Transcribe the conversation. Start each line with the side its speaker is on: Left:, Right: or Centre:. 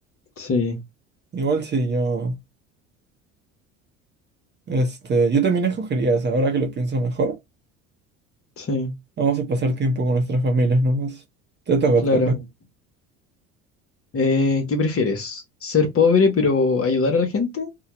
Left: Sí,
Right: Igual si yo, este, yo también escogería esa, ahora que lo pienso mejor.
Left: sí,
Right: Vamos a pasar tiempo con nuestras familias nomás. Te toca,
Left: claro.
Right: te toca.
Left: Eh, ¿qué prefieres? ¿Ser pobre pero ayudar a la gente?